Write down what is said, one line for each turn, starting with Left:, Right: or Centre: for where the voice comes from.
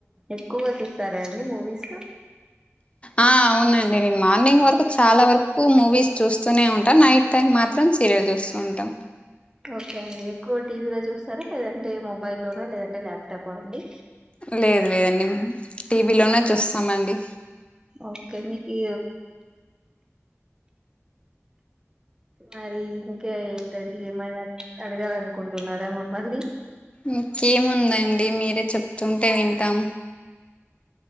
Right: ఎక్కువ చూస్తారా అండి మూవీస్
Left: ఆ అవునండి నేను మార్నింగ్ వరకు చాలా వరకు మూవీస్ చూస్తూనే ఉంటా. నైట్ టైం మాత్రం సీరియల్ చూస్తూ ఉంటాం
Right: ఓకే అండి ఎక్కువ టీవీలో చూస్తారా లేదంటే మొబైల్ లోనా లేదంటే ల్యాప్టాప్ అండి
Left: లేద్ లేదండి టీవీలోనే చూస్తామండి
Right: ఓకె మికి మరి ఇంకా ఏంటండి ఏమైనా అడగాలి అనుకుంటున్నారా మమ్మల్ని
Left: ఇంకేముందండి మీరే చెప్తుంటే వింటాం.